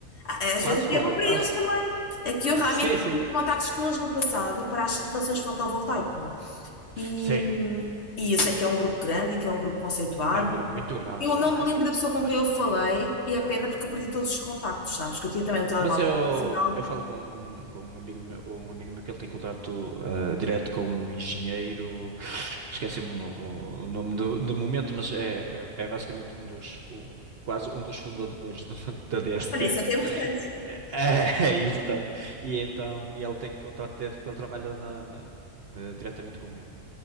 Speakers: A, on the left (about 55°); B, on the right (about 55°).
A: Ah, Às
B: Passo,
A: vezes aqui
B: claro
A: é bom para
B: que passo.
A: eles também. É que eu realmente
B: Sim,
A: tive
B: sim.
A: contactos com eles no passado para as instalações fotovoltaico. E,
B: Sim,
A: e eu sei que é um grupo grande, que é um grupo conceituado,
B: é um grupo muito grande,
A: eu
B: é.
A: não me lembro
B: é.
A: da pessoa com quem eu falei e é pena porque eu perdi todos os contactos, sabes? Que eu tinha também um telemóvel
B: Mas eu,
A: profissional.
B: eu falo com, com um amigo meu, um amigo meu que ele tem contato ah, direto com um engenheiro, esqueci-me o, no- o nome do, do momento, mas é, é, é basicamente um dos, um- quase um dos fundadores do- <laughs> da DST.
A: Olha, isso é que é importante.
B: É, é, é, e, portanto, e então, e ele tem contrato direto porque ele trabalha na, na- de- diretamente com ele,